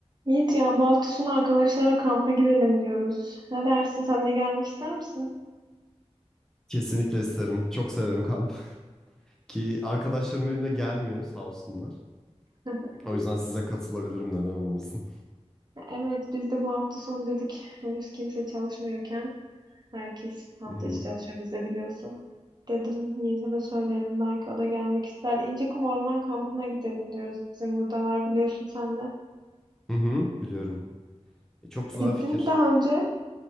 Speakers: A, on the right; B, in the centre.
A: Yiğit ya bu hafta sonu arkadaşlara kampa gidelim diyoruz. Ne dersin? Sen de gelmek ister misin?
B: Kesinlikle isterim. Çok severim kamp. Ki arkadaşlarım benimle gelmiyor sağ olsunlar.
A: <laughs>
B: O yüzden size katılabilirim neden olmasın.
A: Evet biz de bu hafta sonu dedik. Henüz kimse çalışmıyorken herkes hafta
B: Hı hı.
A: içi çalışıyor biz de biliyorsun. Dedim Yiğit'e de söyleyelim belki o da gelmek ister. İncekum Orman Kampı'na gidelim diyoruz. Bizim buradalar biliyorsun sen de.
B: Hı hı, biliyorum. E, çok güzel
A: Gittin
B: fikir.
A: mi daha önce?